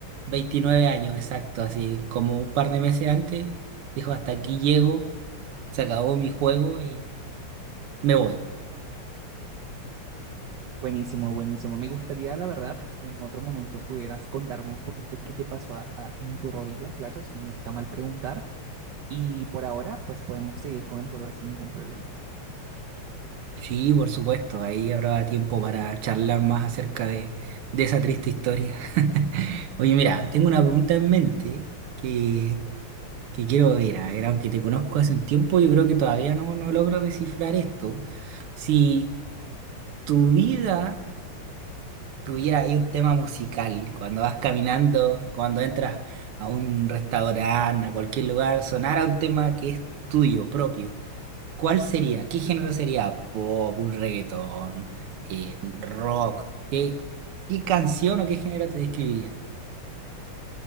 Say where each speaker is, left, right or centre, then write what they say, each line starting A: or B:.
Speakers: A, on the right; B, on the right.
A: 29 años, exacto, así como un par de meses antes, dijo, hasta aquí llego, se acabó mi juego y me voy.
B: Buenísimo, buenísimo. Me gustaría, la verdad, que en otro momento pudieras contarme un poquito qué te pasó a- a- en tu rodilla, claro, si no está mal preguntar. Y por ahora, pues podemos seguir con el juego sin ningún problema.
A: Sí, por supuesto, ahí habrá tiempo para charlar más acerca de, de esa triste historia. <laughs> Oye, mira, tengo una pregunta en mente que, que quiero ver, a ver, aunque te conozco hace un tiempo, yo creo que todavía no, no logro descifrar esto. Si tu vida tuviera ahí un tema musical, cuando vas caminando, cuando entras a un restaurante, a cualquier lugar, sonara un tema que es tuyo, propio. ¿Cuál sería? ¿Qué género sería? Pop, un reggaetón, eh, rock. ¿Qué, qué canción o qué género te describiría?